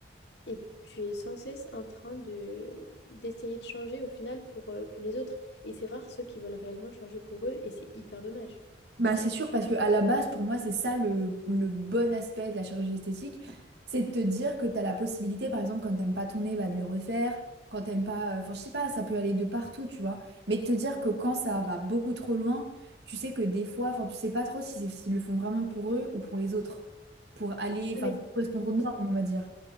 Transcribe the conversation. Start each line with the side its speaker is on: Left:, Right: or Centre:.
Left: et tu es sans cesse en train de d'essayer de changer au final pour, euh, pour les autres. Et c'est rare ceux qui veulent réellement changer pour eux et c'est hyper dommage.
Right: Bah, c'est sûr, parce que à la base, pour moi, c'est ça le, le bon aspect de la chirurgie esthétique. C'est de te dire que tu as la possibilité, par exemple, quand t'aimes pas ton nez, bah, de le refaire. Quand t'aimes pas. euh, Enfin, je sais pas, ça peut aller de partout, tu vois. Mais de te dire que quand ça va beaucoup trop loin, tu sais que des fois, enfin, tu sais pas trop si c'est- s'ils le font vraiment pour eux ou pour les autres. Pour aller,
Left: Ah,
Right: enfin,
Left: mais c'est-
Right: correspondre aux normes, on va dire.